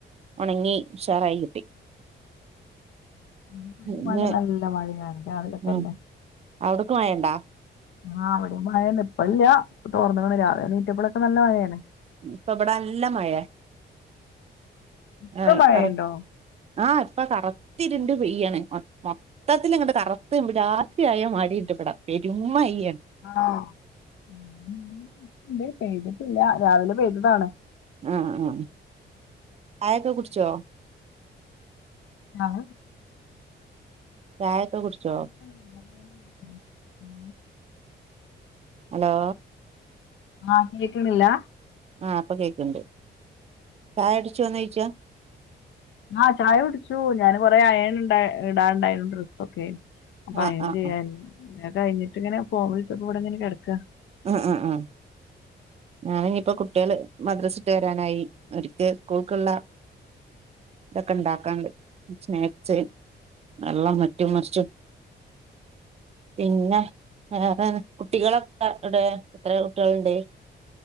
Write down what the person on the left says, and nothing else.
<unintelligible>
നല്ല മഴയാണ് രാവിലെ തന്നെ
ആഹ് വടെ മഴന്നെ ഇപ്പല്ല്യ. പ്പ തോർന്ന്ക്ണ് രാവിലെ എനീറ്റപ്പളൊക്കെ നല്ല മഴേണ്.
ഇപ്പളും
മഴയുണ്ടോ
ആണോ, പെയ്തിട്ടില്ല രാവിലെ പെയ്തതാണ്.
ആഹ്.
ആഹ് ഉമ്മമ്മാൻ്റെ വീട്ടിലാ ഉം.
ആഹ് കേക്ക്ണില്ലാ
ആഹ് ചായ കുട്ച്ചു ഞാന് കൊറെ അയേണ് ഇണ്ട ഇടാണ്ടേര്ന്ന് ഡ്രെസ്സൊക്കെ. അപ്പൊ
അയൺ
ചെയ്യാൻ
അഹ് കഴ്ഞ്ഞിട്ട് ഇങ്ങനെ ഫോൺ വിൾചപ്പൊവടെങ്ങനെ കെട്ക്കാ.